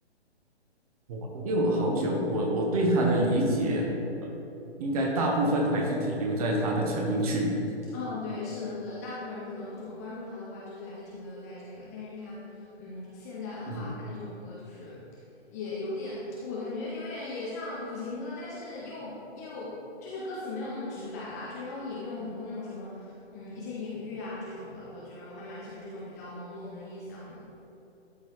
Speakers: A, on the right; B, on the left.
A: 我因为我好久，我我对他的理解，呃，应该大部分还是停留在他的成名曲。
B: 嗯，对，是的，是的，大部分人可能不怎么关注他的话，就是还是停留在这个。但是他，嗯，现在的话，
A: 嗯哼
B: 他那种歌就是也有点，<tsk> 我感觉有点也像苦情歌，但是又又就是歌词没有那么直白啦，就是他会引用很多那种什么，嗯，一些隐喻啊这种的。我觉得我还蛮喜欢这种比较朦胧的意象的。